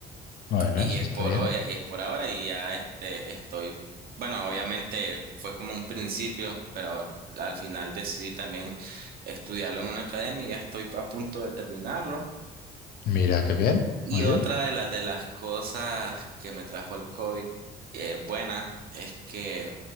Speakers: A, on the left; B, on the right.
A: Bueno,
B: y
A: eso
B: es
A: está
B: por
A: bien.
B: hoy, es por ahora y ya este estoy, bueno, obviamente fue como un principio, pero al final decidí también estudiarlo en una academia y ya estoy a punto de terminarlo.
A: Mira, qué bien.
B: Y
A: Oye.
B: otra de las de las cosas que me trajo el COVID eh, buena es que